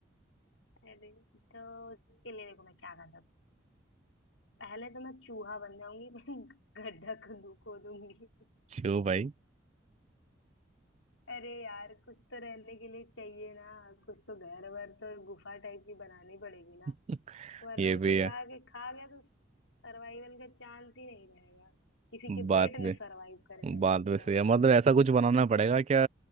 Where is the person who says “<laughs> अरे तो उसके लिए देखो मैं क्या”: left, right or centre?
Left